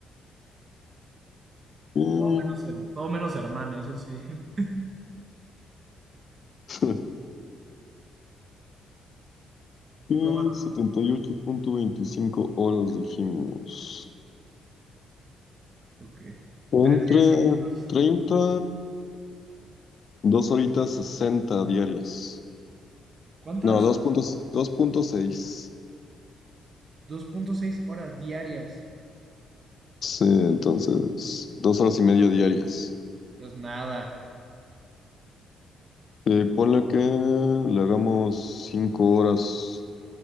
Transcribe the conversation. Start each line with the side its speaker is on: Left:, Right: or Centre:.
Left: Y-
Right: Menos her- todo menos hermana, eso sí. <laughs>
Left: <laughs> y
Right: Pero
Left: setenta y ocho punto veinticinco horas dijimos.
Right: bueno, ok. Tres
Left: Entre
Right: días seguidos.
Left: 30 2 horitas 60 diarias.
Right: ¿Cuántas?
Left: No, 2.6. 2.6.
Right: dos punto seis horas diarias.
Left: Sí, entonces, dos horas y media diarias.
Right: Pues nada.
Left: Eh, ponle que le hagamos cinco horas,